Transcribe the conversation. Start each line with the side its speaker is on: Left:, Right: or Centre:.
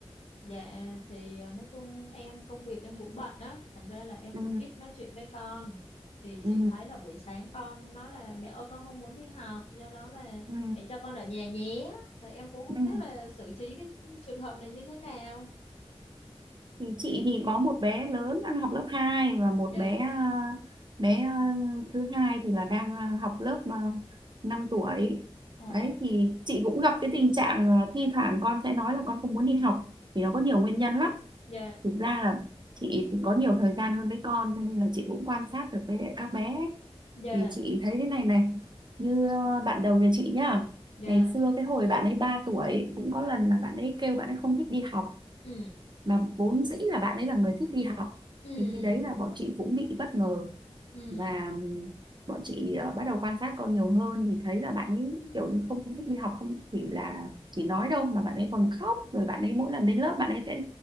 Left: Dạ thì ờ, nói chung em công việc em cũng bận á, thành ra là em
Right: Ừ.
Left: cũng ít nói chuyện với con. Thì
Right: Ừ.
Left: chị thấy là buổi sáng con nói là mẹ ơi con không muốn đi học, do đó là
Right: Ừ.
Left: mẹ cho con ở nhà nhé. Và em cũng không
Right: Ừ.
Left: biết là xử trí cái trường hợp này như thế nào.
Right: Thì chị thì có một bé lớn đang học lớp 2 và một
Left: Dạ.
Right: bé à, bé à, thứ hai thì là đang à, học lớp uh, 5 tuổi.
Left: Ồ.
Right: Đấy thì chị cũng gặp cái tình trạng à, thi thoảng con sẽ nói là con không muốn đi học vì nó có nhiều nguyên nhân lắm.
Left: Dạ.
Right: Thực ra là chị thì có nhiều thời gian hơn với con cho nên là chị cũng quan sát được với lại các bé. ấy.
Left: Dạ.
Right: Thì chị thấy thế này này, như à, bạn đầu nhà chị nhá.
Left: Dạ.
Right: Ngày xưa cái hồi bạn ấy 3 tuổi cũng có lần là bạn ấy kêu bạn ấy không thích đi học
Left: Ừ.
Right: mà vốn dĩ là bạn ấy là người thích đi học
Left: Ừ.
Right: thì khi đấy là bọn chị cũng bị bất ngờ
Left: Ừ.
Right: và bọn chị ờ, bắt đầu quan sát con nhiều hơn thì thấy là bạn ấy kiểu như không thích đi học không chỉ là chỉ nói đâu mà bạn ấy còn khóc rồi bạn ấy mỗi lần đến lớp bạn ấy sẽ